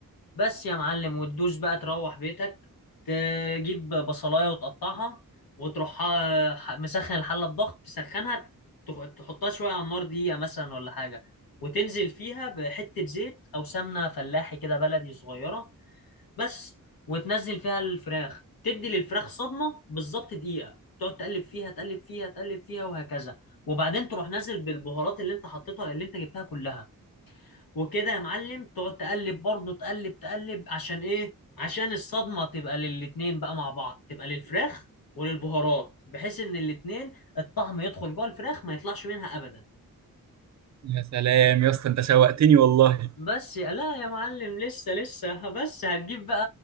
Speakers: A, on the left; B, on the right.
A: بس يا معلم وتدوس بقى تروح بيتك تجيب بصلاية وتقطعها وتروح ح- ح- مسخن الحلة بضغط تسخنها تخ- تحطها شوية على النار دقيقة مثلا ولا حاجة وتنزل فيها بحتة زيت أو سمنة فلاحي كده بلدي صغيرة بس وتنزل فيها الفراخ تدي للفراخ صدمة بالظبط دقيقة تقعد تقلب فيها تقلب فيها تقلب فيها وهكذا وبعدين تروح نازل بالبهارات اللي انت حطيتها اللي انت جبتها كلها وكده يا معلم تقعد تقلب برضه تقلب تقلب عشان ايه عشان الصدمة تبقى للاتنين بقى مع بعض تبقى للفراخ وللبهارات بحيث ان الاتنين الطعم يدخل جوه الفراخ ما يطلعش منها ابدا
B: يا سلام يا اسطى انت شوقتني والله
A: بس يا- لا يا معلم لسه لسه بس هتجيب بقى